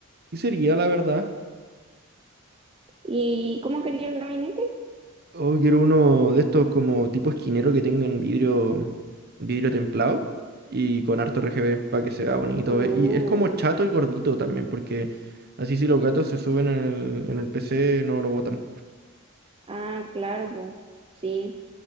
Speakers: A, on the right (about 50°); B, on the right (about 25°).
A: y sería, la verdad.
B: ¿Y cómo quería el gabinete?
A: O quiero uno de estos como tipo esquinero que tengan vidrio, vidrio templado y con harto RGB para que se vea bonito.
B: Uh,
A: eh. Y es como chato y gordito también, porque así si los gatos se suben en el, en el PC no lo botan.
B: ah, claro, po. Sí.